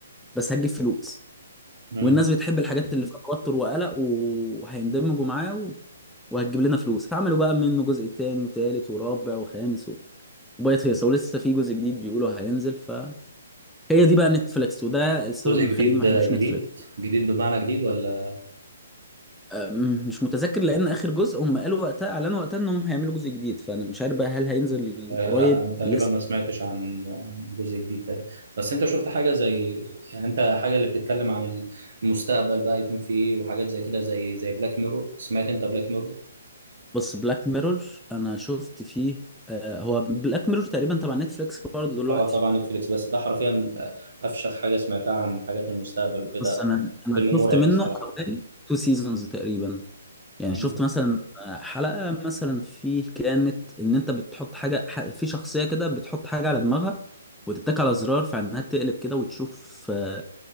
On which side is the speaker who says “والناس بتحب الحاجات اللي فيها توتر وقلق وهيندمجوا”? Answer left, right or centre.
Centre